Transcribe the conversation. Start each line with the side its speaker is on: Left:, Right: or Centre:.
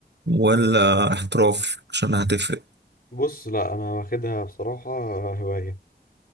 Right: ولا احتراف عشان هتفرق
Left: بص لا انا واخدها بصراحه هوايه